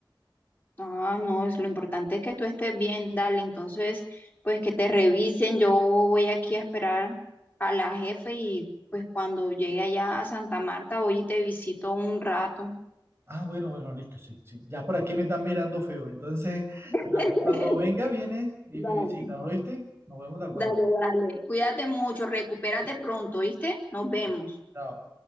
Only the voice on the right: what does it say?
Ah, bueno, bueno, listo, sí, sí. Ya por aquí me están mirando feo. Entonces, <laughs>
dale, cuando venga vienes y
me visitas, ¿oíste? Nos vemos de acuerdo.
Pero, Chao.